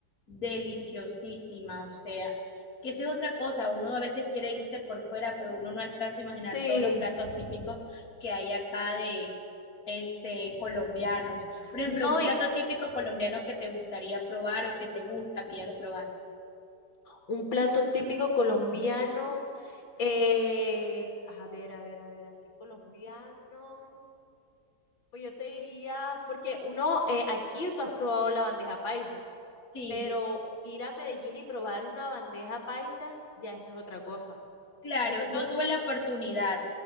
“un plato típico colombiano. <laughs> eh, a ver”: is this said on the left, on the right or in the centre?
Left